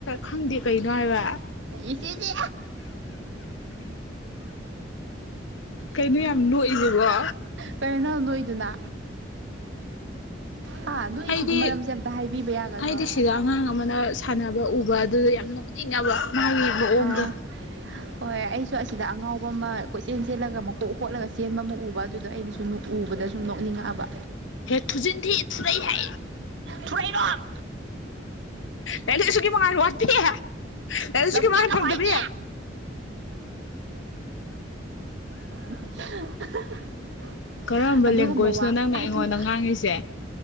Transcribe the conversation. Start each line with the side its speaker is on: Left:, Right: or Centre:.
Left: ꯈꯪꯗꯦ ꯀꯩꯅꯣ ꯍꯥꯏꯕ
Right: ꯏꯁꯤꯁꯤ
Left: ꯀꯩꯅꯣ ꯌꯥꯝ ꯅꯣꯛꯏꯁꯤꯕꯣ
Right: ꯀꯔꯤꯅꯣ ꯅ ꯅꯣꯛꯏꯗꯨꯅ ꯍꯥ ꯅꯣꯛꯏꯁꯤꯒꯤ
Left: ꯑꯩꯗꯤ
Right: ꯃꯔꯝꯁꯦ ꯑꯝꯇ ꯍꯥꯏꯕꯤꯕ ꯌꯥꯒꯗ꯭ꯔꯣ
Left: ꯑꯩꯗꯤ ꯁꯤꯗ ꯑꯉꯥꯡ ꯑꯃꯅ ꯁꯥꯟꯅꯕ ꯎꯕ ꯑꯗꯨꯗ ꯌꯥꯝ ꯅꯣꯛꯅꯤꯡꯉꯕ ꯃꯥꯒꯤ ꯃꯑꯣꯡꯗꯣ
Right: ꯑ ꯍꯣꯏ ꯑꯩꯁꯨ ꯑꯁꯤꯗ ꯑꯉꯥꯎꯕ ꯑꯃ ꯀꯣꯏꯆꯦꯜ ꯆꯦꯜꯂꯒ ꯃꯀꯣꯛ ꯈꯣꯠꯂꯒ ꯆꯦꯟꯕ ꯑꯃ ꯎꯕ ꯑꯗꯨꯗ ꯑꯩꯅꯁꯨ ꯎꯕꯗ ꯗ ꯁꯨꯝ ꯅꯣꯛꯅꯤꯡꯉꯛꯑꯕ
Left: ꯍꯦ ꯊꯨꯖꯤꯟꯊꯤ ꯊꯨꯔꯩꯍꯦ
Right: ꯊꯨꯔꯩꯔꯣꯝ
Left: ꯂꯥꯏ ꯏ ꯂꯁꯨꯒꯤ ꯃꯥꯉꯟ ꯋꯥꯠꯄꯤ ꯂꯥꯏ ꯂꯥꯏꯁꯨꯒꯤ
Right: ꯂꯝꯀꯦꯠ
Left: ꯃꯉꯥꯟ
Right: ꯂꯝꯍꯥꯏꯕꯤ
Left: ꯐꯪꯗꯕꯤ
Right: <inaudible>
Left: ꯀꯔꯝꯕ
Right: ꯑꯗꯨꯒꯨꯝꯕ
Left: ꯂꯦꯡꯒ꯭ꯋꯦꯖꯅꯣ
Right: ꯋꯥ
Left: ꯅꯪꯅ ꯑꯩꯉꯣꯟꯗ
Right: ꯑꯗꯨꯁ
Left: ꯉꯥꯡꯉꯤꯁꯦ